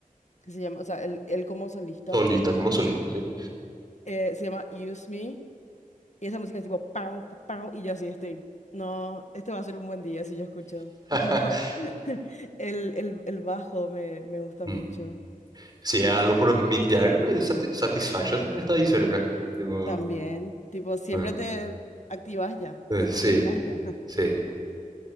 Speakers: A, on the left; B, on the right.
A: que se llama, o sea, él, él como solista,
B: Solista, como solista, sí.
A: eh, se llama Use Me, y esa música es tipo, pam, pam, pam, y yo así estoy. No, este va a ser un buen día si yo escucho. <laughs>
B: <laughs>
A: Tipo, <laughs> el, el, el bajo me, me gusta
B: Mm.
A: mucho.
B: Si es algo por Mick Jagger, pues, Sati- Satisfaction también está ahí cerca. Tipo,
A: También, tipo, siempre
B: eh,
A: te activas ya,
B: eh,
A: ya,
B: sí,
A: ya estás ya.
B: sí.